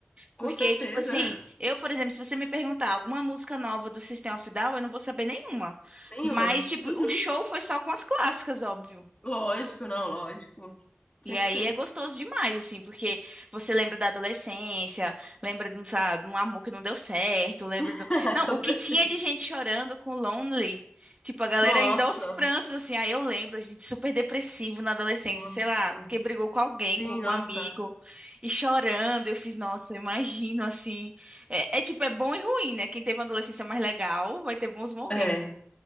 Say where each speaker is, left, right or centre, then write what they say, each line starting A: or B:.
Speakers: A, on the left; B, on the right.
A: com
B: Porque,
A: certeza,
B: tipo assim,
A: <laughs>
B: eu, por exemplo, se você me perguntar alguma música nova do System of a Down, eu não vou saber nenhuma.
A: nenhuma.
B: Mas, tipo,
A: Uhum.
B: o show foi só com as clássicas, óbvio.
A: Lógico, não, lógico. Tinha
B: E aí
A: que ser.
B: é gostoso demais, assim, porque você lembra da adolescência, lembra de um, sabe, de um amor que não deu certo, lembra
A: <laughs>
B: do... Não,
A: Com
B: o
A: certeza.
B: que tinha de gente chorando com Lonely, tipo, a galera
A: Nossa,
B: ainda aos prantos, assim, aí eu lembro, a gente super depressivo na adolescência,
A: nossa,
B: sei
A: sim.
B: lá, porque brigou com alguém,
A: Sim,
B: com algum
A: nossa.
B: amigo, e chorando, eu fiz, nossa, eu imagino, assim, é, é tipo, é bom e ruim, né? Quem teve uma adolescência mais legal vai ter bons momentos.
A: É.